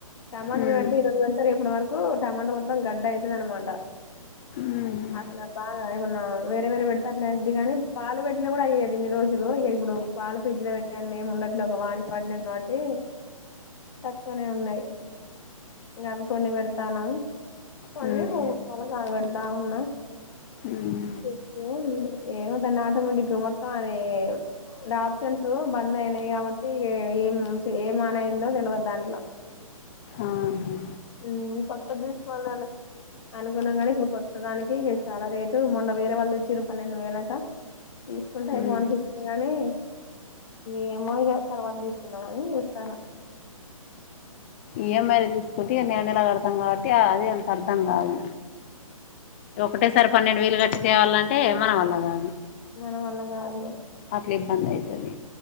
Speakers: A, on the left; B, on the left.
A: టమాటాలు
B: మ్మ్
A: పెడితే ఈరోజు పెడితే రేపు రాన్ కు టమాట మొత్తం గడ్డ అయితది అన్న మాట
B: మ్మ్
A: అట్లా బాగా ఏమన్నా వేరే వేరే పెడితే అట్లా అయ్యిద్ది కాని పాలు పెట్టిన కూడా అయ్యేది ఇన్ని రోజుల్ ఇగో ఇక ఇప్పుడు పాలు ఫ్రిడ్జ్ లో పెట్టడానికి ఏం ఉండట్లే కదా అడికాడికి వాడుతున్నాం కాబట్టి తక్కువనే ఉన్నాయి ఇంకా అవి కొన్ని పెడ్త్ తను
B: మ్మ్
A: కొన్ని పొంగి పోయి కనపడ్తె బావున్నా
B: మ్మ్
A: చెప్పు ఏమోదాన్ని ఆటోమేటిక్ గా మొత్తం అదే అడ ఆప్షన్స్ బంద్ అయినాయి కాబట్టి ఇక ఏం ఏమైనాఅయిందో తెలియదు దాంట్లో
B: ఆహా
A: హుమ్మ్ పట్ కొత్తది దీసుకోవాలని అనుకున్నాం గానీ ఇప్పుడు కొత్తదానికి చాలా రేటు మొన్న వేరే వాళ్ళు తెచ్చిర్రు పన్నెండు వేలంట తీసుకుంటే అయిపోవ్
B: మ్మ్
A: అనిపి కానీ ఏమో ఇగ తర్వాత తీసుకుందామని చూస్తానా
B: ఈఎంఐలు తీసుకుంటే ఇగ నెల నెల కడతాం కాబట్టి ఆ అది అంత అర్దం కాదు ఒకటే సారి పన్నెండు వేలు కట్టి త్యావల్లంటే మన వల్ల కాదు
A: మన వల్ల కాదు
B: అట్లఇబ్బంది అయితది